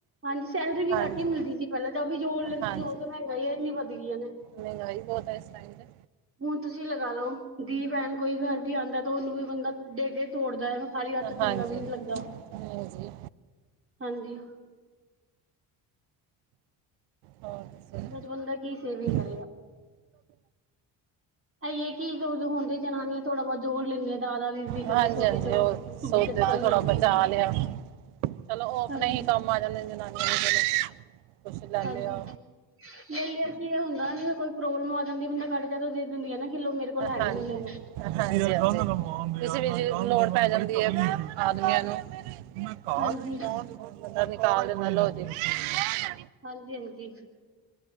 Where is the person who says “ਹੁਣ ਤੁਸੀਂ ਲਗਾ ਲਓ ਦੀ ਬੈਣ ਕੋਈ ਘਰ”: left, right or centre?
Right